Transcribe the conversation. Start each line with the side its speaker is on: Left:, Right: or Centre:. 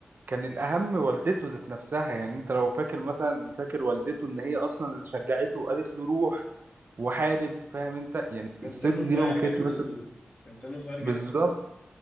Right: كان الأهم والدته ذات نفسها يعني أنت لو فاكر مثلا فاكر والدته إن هي أصلا اللي شجعته وقالت له روح وحارب فاهم أنت يعني
Left: كان
Right: الست
Left: سنه صغير
Right: دي لو ما كانتش
Left: جدا
Right: مثلا
Left: كان سنه صغير جدا
Right: بالظبط